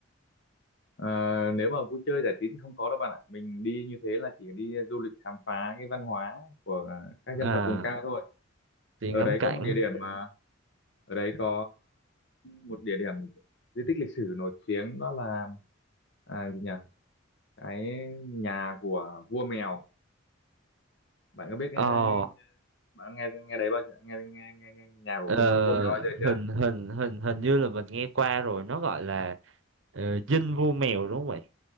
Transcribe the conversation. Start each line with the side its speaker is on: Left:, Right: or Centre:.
Left: Ờ, nếu mà vui chơi giải trí thì không có đâu bạn ạ mình đi như thế là chỉ đi du lịch khám phá cái văn hóa của à, các dân
Right: à
Left: tộc vùng cao thôi
Right: đi
Left: ở
Right: ngắm
Left: đấy
Right: cảnh
Left: có một địa điểm mà ở đấy có một địa điểm di tích lịch sử nổi tiếng đó là à, gì nhỉ cái nhà của vua mèo bạn có biết à,
Right: ờ
Left: bạn nghe nghe đấy bao giờ nghe nghe nghe, nghe nhà của
Right: ờ,
Left: vua mèo vua mèo bao giờ chưa
Right: hình hình hình hình như là mình nghe qua rồi nó gọi là ờ, dinh vua mèo đúng không vậy